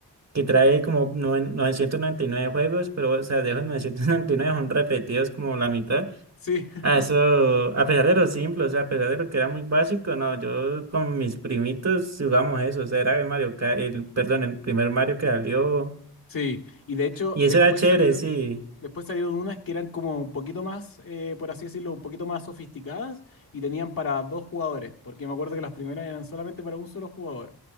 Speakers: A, on the right (about 40°); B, on the left (about 55°).
A: que trae como noven- 999 juegos, pero, o sea, de esos 999 son repetidos como la mitad.
B: Sí, <laughs>
A: Ah, Eso, a pesar de lo simple, o sea, a pesar de lo que era muy básico, no, yo con mis primitos jugamos eso, o sea, era el Mario, Ka- el, perdón, el primer Mario que salió,
B: sí. Y de hecho,
A: y
B: después
A: eso era chévere,
B: salieron,
A: sí,
B: después salieron unas que eran como un poquito más, eh, por así decirlo, un poquito más sofisticadas y tenían para dos jugadores, porque me acuerdo que las primeras eran solamente para un solo jugador.